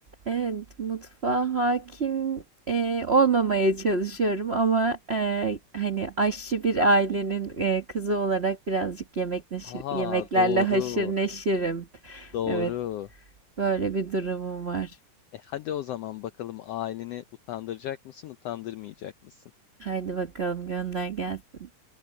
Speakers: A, on the right (about 55°); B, on the left (about 80°).
A: Evet, mutfağa hakim e, olmamaya çalışıyorum ama e, hani aşçı bir ailenin e, kızı olarak birazcık yemek neşir,
B: Aa
A: yemeklerle
B: doğru,
A: haşır neşirim.
B: doğru.
A: Evet, böyle bir durumum var.
B: E hadi o zaman bakalım aileni utandıracak mısın, utandırmayacak mısın?
A: Haydi bakalım gönder gelsin.